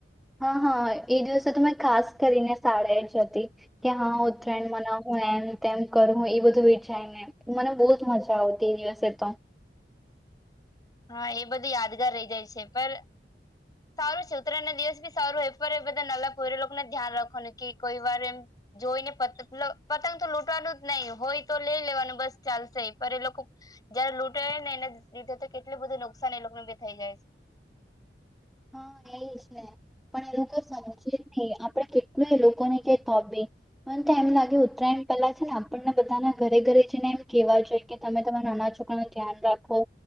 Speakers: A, in the centre; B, on the left.
A: હા હા એ દિવસે તો મેં ખાસ કરીને શાળા જ હતી કે હા ઉત્તરાયણ મનાવહું એમ તેમ કરું હું એ બધું વિચાય ને મને બો જ મજા આવતી એ દિવસે તો
B: હા એ બધું યાદગાર રહી જાય છે પણ સારું છે ઉત્તરાયણ ના દિવસ બી સારું હોય પણ એ બધા નાલાપય લોકોને ધ્યાન રાખવાનું કે કોઈ વાર એમ જોઈ ને પત પતંગ તો લૂટવાનું જ નહી હોય તો લઈ લેવાનું બસ ચાલશે પણ એ લોકો જયારે લૂંટે ને લીધે તો કેટલું બધું નુકસાન એ લોકો નું ભી થઈ જાય છે
A: હા એ છે ને પણ એ લોકો સમજે જ ને આપડે કેટ લોકોને કે <unintelligible> મને તો એમ લાગે ઉત્તરાયણ પેલા આપણને બધાના ઘરે ઘરે જઈને એમ કેવા જોઈએ કે તમે તમારા નાના છોકરા ન ધ્યાન રાખો